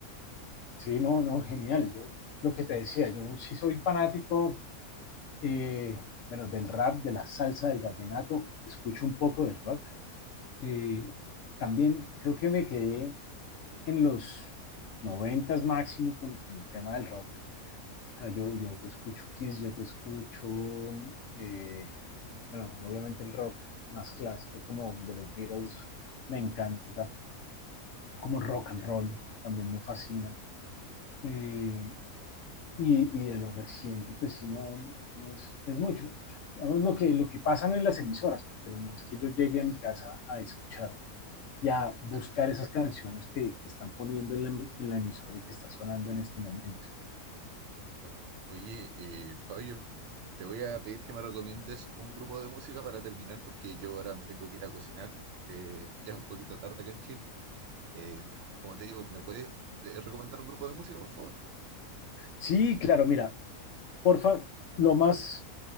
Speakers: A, on the left; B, on the right.
A: Sí, no, no, genial. Yo lo que te decía, yo sí soy fanático, eh, bueno, del rap, de la salsa, del vallenato, escucho un poco de rock. Eh, también creo que me quedé en los noventas máximo con, con el tema del rock O sea, yo, yo te escucho Kiss, yo te escucho, eh, bueno, obviamente el rock más clásico como de los Beatles me encanta, como rock
B: Sí,
A: and roll también me fascina. Eh, y, y, de lo reciente, pues sí, no, no es, es, mucho. Digamos, lo que, lo que pasan en las emisoras, pero no es que yo llegue a mi casa a escuchar y a buscar
B: claro,
A: esas canciones que, que están poniendo en la, en la, emisora y que está sonando en este momento.
B: claro. Oye, eh, Fabio, te voy a pedir que me recomiendes un grupo de música para terminar, porque yo ahora me tengo que ir a cocinar. eh, ya es un poquito tarde acá en Chile. Eh, como te digo, ¿me puedes eh, recomendar un grupo de música, por favor?
A: sí, claro, mira, Porfa, lo más